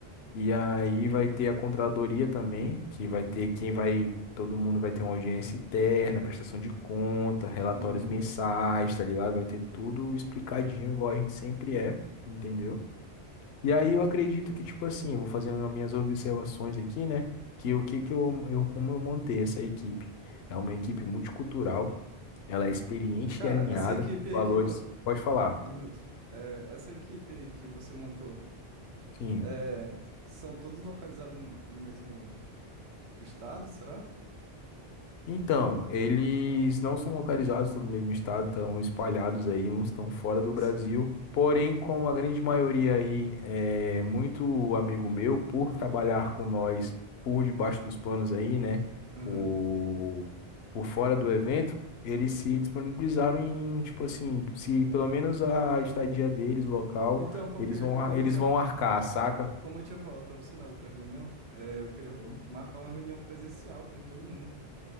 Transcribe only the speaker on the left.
E aí vai ter a contradoria também, que vai ter quem vai, todo mundo vai ter uma audiência interna, prestação de conta, relatórios
mensais, tá ligado? Vai ter tudo explicadinho, igual a gente sempre é, entendeu? E aí eu acredito que, tipo assim, eu vou fazendo as minhas observações aqui, né? Que o que que eu, eu como eu montei essa equipe? É uma equipe multicultural, ela é experiente
e alinhada
com
valores.
Pode falar.
Sim.
Então, eles não são localizados todos no mesmo estado, estão espalhados aí, uns estão fora
do Brasil.
Porém,
como a grande maioria aí é muito amigo meu, por trabalhar com nós por debaixo dos panos aí, né?
Por, por fora do evento, eles se disponibilizaram em, tipo assim, se pelo menos a estadia deles, o local,
eles vão,
ar- eles
vão arcar, saca?
Sim.